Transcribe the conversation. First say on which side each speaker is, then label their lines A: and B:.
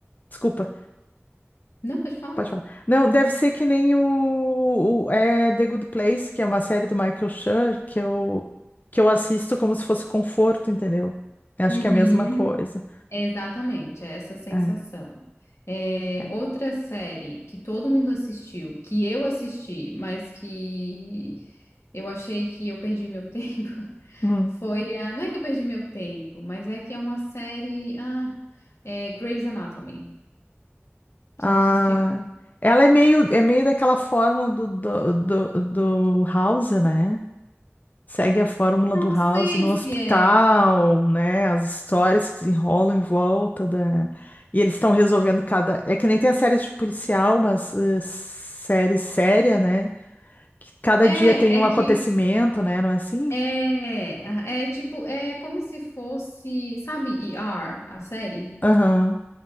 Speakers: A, on the left; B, on the left.
A: desculpa.
B: Não, pode falar?
A: Pode falar. Não, deve ser que nem o, o- é, The Good Place, que é uma série do Michael Schur, que eu, que eu assisto como se fosse conforto, entendeu? Eu acho
B: Uhum.
A: que é a mesma coisa.
B: É Exatamente, é essa sensação.
A: É,
B: É,
A: é.
B: outra série que todo mundo assistiu, que eu assisti, mas que eu achei que eu perdi meu <laughs> tempo,
A: Hum.
B: foi a. Não é que eu perdi meu tempo, mas é que é uma série. Ah, é Grey's Anatomy. Tu
A: Ah,
B: acha que assistiu?
A: ela é meio, é meio daquela fórmula do, do, do, do House, né? segue a fórmula
B: Não
A: do House
B: sei
A: no
B: se
A: hospital,
B: é.
A: né? As histórias se desenrolam em volta da. E eles estão resolvendo cada. É que nem tem as séries de policial, mas eh, série séria, né? Que cada
B: É,
A: dia tem um
B: é que.
A: acontecimento, né? Não é assim?
B: É, é tipo, é como se fosse, sabe, ER, a série?
A: Aham.